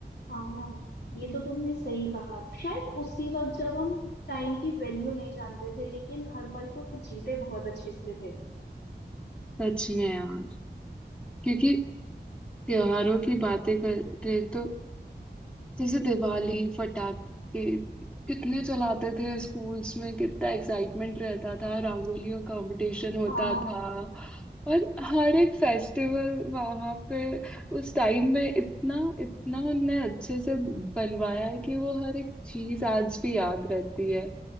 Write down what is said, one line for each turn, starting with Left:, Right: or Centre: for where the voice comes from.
Left: हाँ ये तो तुमने सही कहा शायद उसी वक्त जब हम टाइम की वैल्यू नहीं जानते थे लेकिन हर पल को जीते बहुत अच्छे से थे
Centre: सच में यार क्योंकि त्योहारों की बातें कर रहे तो जैसे दिवाली फटाके कितने चलाते थे स्कूल्स में कितना एक्साइटमेंट रहता था रंगोलियों कंपटीशन होता
Left: हाँ
Centre: था और हर एक फेस्टिवल वहाँ पे उस टाइम में इतना इतना उनने अच्छे से बनवाया है कि वो हर एक चीज आज भी याद रहती है